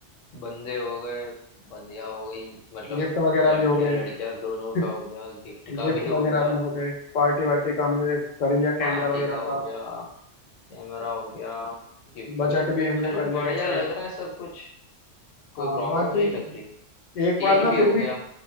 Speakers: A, on the left; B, on the left.
A: बंदे हो गए बंदिया हो गई मतलब
B: गिफ्ट वगैरह
A: लड़के
B: भी हो गए
A: लड़कियां
B: <laughs>
A: दोनों का हो गया गिफ्ट
B: गिफ्ट
A: का भी हो
B: वगैरह
A: गया
B: भी हो गए पार्टी वार्टी का हमने कर लिया
A: पार्टी
B: कैमरा वगैरह
A: का हो
B: का
A: गया कैमरा हो गया गिफ्ट
B: बजट
A: भी हो गया
B: भी हमने
A: चलो
B: कर लिया
A: बढ़िया
B: डिसाइड
A: लग रहा है सब कुछ कोई
B: हाँ
A: प्रॉब्लम
B: बाकी
A: नहीं लग रही
B: एक
A: केक
B: बार ना
A: भी
B: फिर
A: हो
B: भी
A: गया